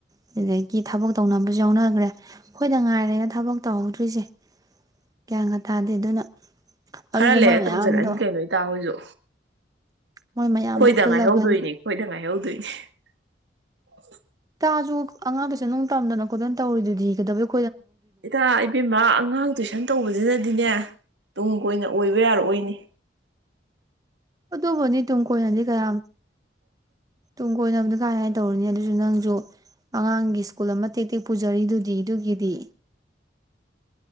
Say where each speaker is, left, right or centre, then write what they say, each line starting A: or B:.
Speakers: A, on the right; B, on the right.
A: ꯑꯗꯨꯗꯒꯤ ꯊꯕꯛ ꯇꯧꯅꯕꯁꯨ ꯌꯥꯎꯅꯈ꯭ꯔꯦ ꯑꯈꯣꯏꯗ ꯉꯥꯏꯔꯦ ꯊꯕꯛ ꯇꯧꯍꯧꯗ꯭ꯔꯤꯁꯦ ꯒ꯭ꯌꯥꯟꯒꯥ ꯇꯥꯗꯦ ꯑꯗꯨꯅ
B: ꯈꯔ
A: ꯑꯗꯨꯗꯣ
B: ꯂꯩꯔ
A: ꯃꯣꯏ ꯃꯌꯥꯝꯗꯣ
B: ꯇꯧꯖꯔꯛꯑꯅꯤ ꯀꯩꯅꯣ ꯏꯇꯥ ꯍꯣꯏꯁꯨ
A: ꯃꯣꯏ ꯃꯌꯥꯝꯗꯣ
B: ꯈꯣꯏꯗ
A: ꯄꯨꯜꯂꯒ
B: ꯉꯥꯏꯍꯧꯗꯣꯏꯅꯤ ꯈꯣꯏꯗ ꯉꯥꯏꯍꯧꯗꯣꯏꯅꯤ <unintelligible>
A: <unintelligible> ꯑꯉꯥꯡ ꯇꯨꯏꯁꯟ ꯅꯨꯡ ꯇꯝꯗꯅ ꯈꯣꯠꯇꯅ ꯇꯧꯔꯤꯗꯨꯗꯤ <unintelligible>
B: ꯏꯇꯥ ꯏꯕꯦꯝꯃ ꯑꯉꯥꯡ ꯇꯨꯏꯁꯟ ꯇꯧꯕꯁꯤꯅꯗꯤꯅꯦ ꯇꯨꯡ ꯀꯣꯏꯅ ꯑꯣꯏꯕ ꯌꯥꯔꯛꯑꯣꯏꯅꯤ
A: ꯑꯗꯨꯕꯨꯗꯤ ꯇꯨꯡ ꯀꯣꯏꯅꯗꯤ ꯀꯌꯥꯝ ꯇꯨꯡ ꯀꯣꯏꯅꯕꯗꯨ ꯀꯥꯏ ꯀꯥꯏꯅ ꯇꯧꯔꯨꯅꯤ ꯑꯗꯨꯁꯨ ꯅꯪꯁꯨ ꯑꯉꯥꯡꯒꯤ ꯁ꯭ꯀꯨꯜ ꯑꯃ ꯇꯦꯛ ꯇꯦꯛ ꯄꯨꯖꯔꯤꯗꯨꯗꯤ ꯑꯗꯨꯒꯤꯗꯤ